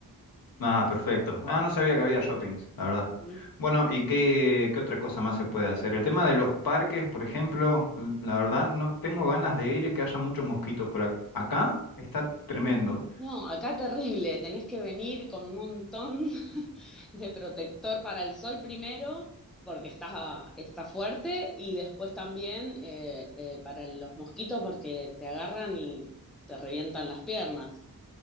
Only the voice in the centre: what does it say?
¿sí?
Sí, sí.
No, acá terrible, tenés que venir con un montón <laughs> de protector para el sol primero, porque está, está fuerte, y después también eh, eh, para los mosquitos, porque te agarran y te revientan las piernas.